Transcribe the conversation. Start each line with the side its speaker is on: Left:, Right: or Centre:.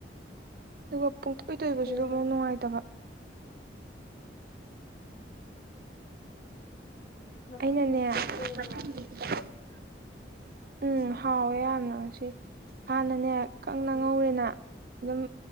Right: ꯑꯗꯨꯒ ꯄꯨꯡꯇꯣꯏ ꯇꯣꯏꯕꯁꯨꯗꯨ
Left: ꯀꯣꯟꯅ
Right: ꯑꯃꯨꯛ ꯅꯨꯡꯉꯥꯏꯇꯕ
Left: ꯃꯊꯪꯗꯤ
Right: ꯑꯩꯅꯅꯦ
Left: ꯁꯤꯗ ꯀꯣꯟꯅ
Right: ꯃꯊꯪꯗꯤ
Left: ꯑꯣꯏꯅ
Right: ꯈꯤꯇꯪ
Left: ꯍꯥꯞꯄꯁꯤ
Right: ꯎꯝ ꯍꯥꯎꯋꯦ ꯌꯥꯝꯅ ꯉꯁꯤ ꯍꯥꯟꯅꯅꯦ ꯀꯪꯅ
Left: ꯎꯝ
Right: ꯉꯧꯔꯦꯅ ꯑꯗꯨꯝ